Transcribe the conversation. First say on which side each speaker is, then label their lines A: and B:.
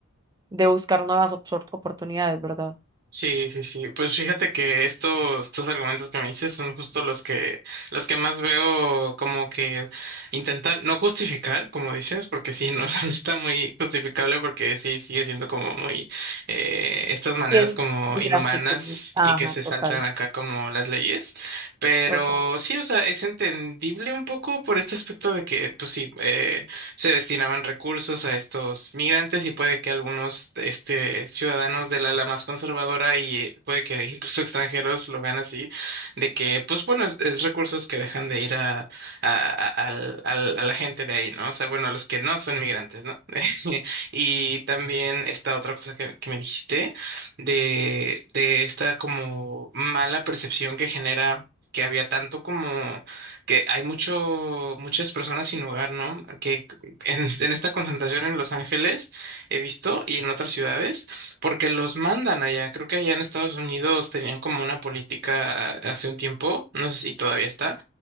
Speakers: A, on the right; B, on the right.
A: de buscar nuevas opsor- oportunidades, ¿verdad?
B: Sí, sí, sí. Pues fíjate que esto, estos argumentos que me dices son justo los que, los que más veo como que intentan no justificar, como dices, porque sí, no, <laughs> no está muy justificable porque sí sigue siendo como muy eh, estas maneras
A: Sí, Es
B: como
A: muy
B: inhumanas
A: drástico, muy-
B: y
A: ajá,
B: que se saltan
A: total,
B: acá como las leyes. Pero
A: total,
B: sí, o sea, es entendible un poco por este aspecto de que, pues sí, eh, se destinaban recursos a estos migrantes y puede que algunos este, ciudadanos del ala más conservadora y eh, puede que incluso extranjeros lo vean así, de que, pues bueno, es, es recursos que dejan de ir a, a, a- al- al- a la gente de ahí, ¿no? O sea, bueno, los que no son migrantes, ¿no? <laughs> Y también esta otra cosa que, que me dijiste, de, de esta como mala percepción que genera. que había tanto como que hay mucho, muchas personas sin hogar, ¿no? Que en, en esta concentración en Los Ángeles, he visto, y en otras ciudades, porque los mandan allá. Creo que allá en Estados Unidos tenían como una política hace un tiempo, no sé si todavía está,